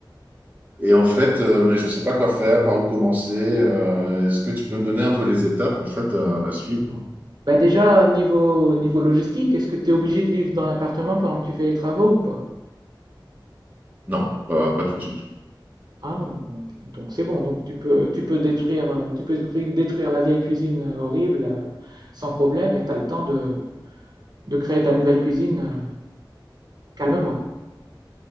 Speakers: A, on the right (about 20°); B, on the right (about 55°).
A: et en fait, euh, mais je sais pas quoi faire, par où commencer. Euh, est-ce que tu peux me donner un peu les étapes en fait à à suivre?
B: Bah, déjà, niveau, niveau logistique, est-ce que t'es obligé de vivre dans l'appartement pendant que tu fais les travaux ou pas?
A: Non, pas, pas tout de suite.
B: Ah non, donc c'est bon, donc tu peux, tu peux détruire, euh, tu peux cru- détruire la vieille cuisine euh, horrible euh, sans problème et tu as le temps de, de créer ta nouvelle cuisine euh, calmement.